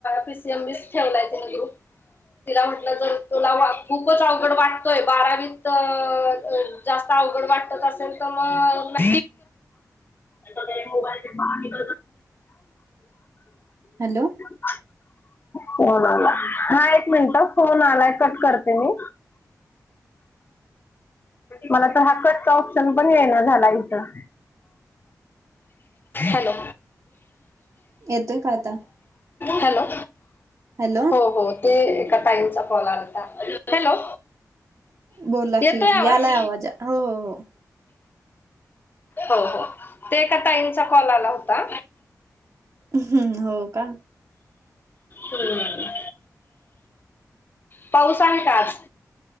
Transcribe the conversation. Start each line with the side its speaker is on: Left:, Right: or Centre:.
Left: पी सी एम बीच ठेवलाय तिन ग्रुप. तिला म्हटल जर तुला वा खूपच अवघड वाटतोय बारावीत अ जास्त अवघड वाटत असेल त मग, <unintelligible> इथ ठेव मोबाईल.
Right: हॅलो
Left: <unintelligible> फोन आला हा एक मिनट फोन आलाय कट करते मी. मला तर हा कटचा ऑप्शन पण येईना झाला इथं, हॅलो.
Right: येतोय का आता?
Left: हॅलो,
Right: हॅलो
Left: हो हो. ते एका ताईचा कॉल आलता हॅलो.
Right: बोला
Left: येतोय
Right: की
Left: आवाज?
Right: यालाय हो हो हो.
Left: हो हो, ते एका ताईचा कॉल आला होता.
Right: हम्म हो का?
Left: हम्म, पाऊस आहे का आज?